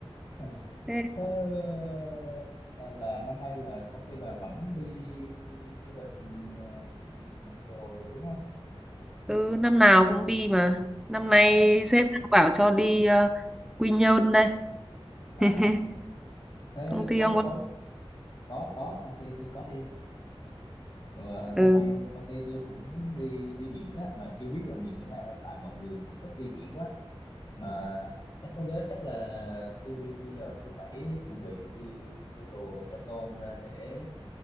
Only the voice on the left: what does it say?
À,
thế ờ, ờ, là năm nay là công ty bà vẫn đi du lịch ờ, đồ đúng không?
À,
à
thế
có
có có có công ty tôi có đi. Ờ,
năm nay công ty tôi cũng đi đi biển á mà chưa biết là biển chỗ nào đây tại mọi người cũng thích đi biển quá. À, nhắc mới nhớ chắc là tôi bây giờ tôi phải chuẩn bị đi mua đồ cho con ờ, để